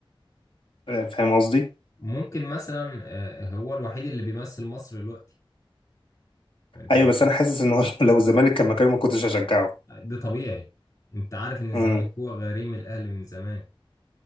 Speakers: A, on the left; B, on the left.
A: آه، فاهم قصدي
B: ممكن مثلا آه، هو الوحيد اللي بيمثل مصر دلوقتي فانت
A: ايوه
B: محتاج
A: بس انا حاسس ان هو <laughs> لو الزمالك كان مكانه ما كنتش هشجعه
B: ده طبيعي انت عارف ان الزمالك
A: امم
B: هو غريم الاهلي من زمان